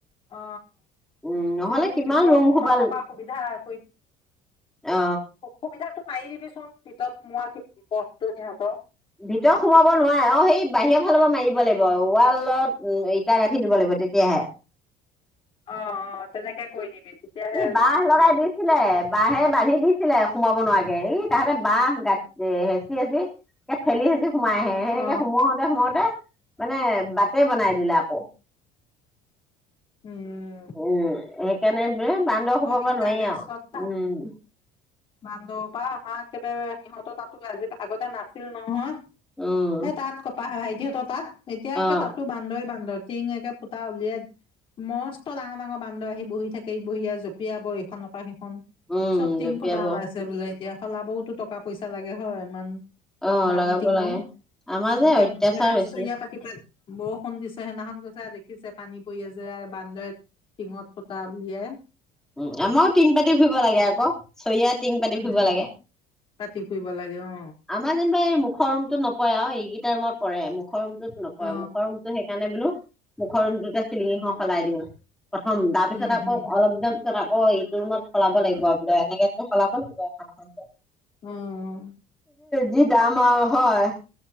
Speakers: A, on the left; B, in the centre.
A: অ
B: উম নহ'লে
A: চিলিঙিৰ
B: কিমান
A: ভিতৰতো
B: ৰুম
A: সোমাব
B: সোপা
A: পৰা সুবিধা কৰি সুবিধাটো।
B: অ
A: পাৰি দিবি চোন ভিতৰত সোমোৱা পথটো সিহঁতৰ।
B: ভিতৰ সোমাব নোৱাৰে অ, সেই বাহিৰৰ ফালৰ পৰা মাৰিব লাগিব ৱালত ইটা গাঁঠি দিব লাগিব তেতিয়াহে।
A: অ অ তেনেকে কৈ দিবি। তেতিয়াহে
B: এই বাহ
A: নোসোমাব
B: লগাই দিছিলে
A: অ
B: বাঁহে বান্ধি দিছিলে সোমাব নোৱাৰা ই তাহতে বাহ গা এ হেঁচি হেঁচি ঠেলি হেঁচি। সোমাই আহে সেনেকে
A: অ
B: সোমোওঁতে সোমওঁতে। মানে বা। টে বনাই দিলে আকৌ।
A: উম।
B: উম, সেইকাৰণে। বে বান্দৰ সোপা
A: ব দিগদাৰ
B: পৰা নোৱাৰি
A: দেই
B: আও।
A: শ্ৰদ্ধা
B: উম,
A: বান্দৱ বা আমাক। একেবাৰে সিহঁত তাতো আজি আগতে নাছিল নহয়।
B: উম,
A: সে তাত কপাহ ভৱাই। সিহঁতৰ তাত। এতিয়াে একে
B: অ',
A: তাতো বান্দই বান্দ। টিঙ একে পুটা উলিয়াই, মস্ত ডাঙৰ ডাঙৰ বান্দৰ আহি বহি থাকে বহি আৰু জ। জপিয়াব ইখনৰ পৰা সি। খন
B: উম,
A: চব টিং
B: জঁপিয়াব
A: ফুটা ওলাইছে বোলে। এতিয়া সলাবওতো টকা পইচা লাগে হয় ইমান।
B: অ',
A: দাম
B: লগাব
A: তিঙো
B: লাগে। আমাৰ যে
A: এতিয়া
B: অত্যাচাৰ বেছি।
A: চয়া পাতি প বৰষুণ দিছে সেইদিনাখন গৈছে দেখিছে পানী পৰি আছে বান্দৈত টিঙত ফুটা বুলিয়ে
B: উ আমাৰো টিং পাতি ফুৰিব লাগে আকৌ চৰিয়া টিং পাতি
A: উম
B: ফুৰিব লাগে।
A: পাতি ফুৰিব লাগে অ
B: আমাৰ যেনিবা এই মুখৰ ৰুমতো নপৰে আৰু ইগিটাৰ <unintelligible> পৰে মোক মুখৰ ৰুমটোত নপৰে
A: অ
B: মুখৰ ৰুমটো সেইকাৰণে বোলোঁ মুখৰটো চিলিঙিখন সলাই দিওঁ। প্ৰথম তাৰপিছত
A: উম
B: আকৌ
A: হম
B: অলপ দিম তাৰ পিছত আকৌ ইটো ৰুমত সলাব লাগিব আ বোলোঁ এনেকে সলাব লাগিব এখন এখন কে।
A: উম!
B: যি দাম আৰু হয়।